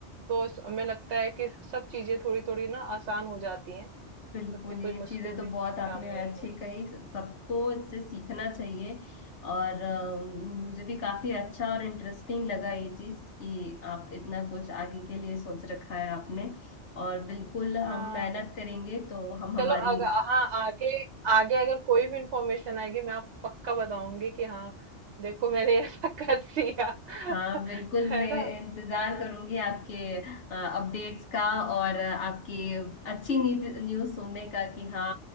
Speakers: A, on the right (about 70°); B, on the left (about 75°).
A: तो स- हमें लगता है कि सब चीजें थोड़ी थोड़ी ना आसान हो जाती हैं
B: बिल्कुल
A: उतनी कोई
B: ये
A: मुश्किल
B: चीजें तो
A: भी
B: बहुत आपने
A: काम नहीं
B: अच्छी
A: है
B: कही सबको इससे सीखना चाहिए और अ, मुझे भी काफी अच्छा और इंटरेस्टिंग लगा ये चीज कि आप इतना कुछ आगे के लिए सोच रखा है आपने और बिल्कुल हम
A: हाँ
B: मेहनत करेंगे तो हम हमारी
A: चलो अगर हाँ आगे आगे अगर कोई भी इंफॉर्मेशन आएगी मैं आपको पक्का बताऊंगी कि हाँ देखो मैंने ऐसा <laughs> कर दिया
B: हाँ
A: <laughs>
B: बिल्कुल
A: है
B: मैं
A: ना
B: इंतजार करूंगी आपके अपडेट्स का और अ, आपकी अच्छी न्यूज़ सुनने का कि हाँ